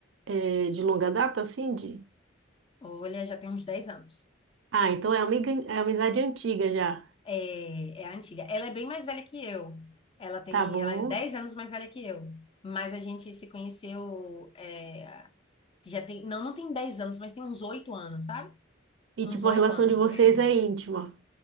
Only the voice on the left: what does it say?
Olha, já tem uns dez anos.
É, é a antiga. Ela é bem mais velha que eu. Ela tem,
ela é dez anos mais velha que eu. Mas a gente se conheceu, é, Já tem, não, não tem 10 anos, mas tem uns 8 anos, sabe?
Uns
8
anos
por aí.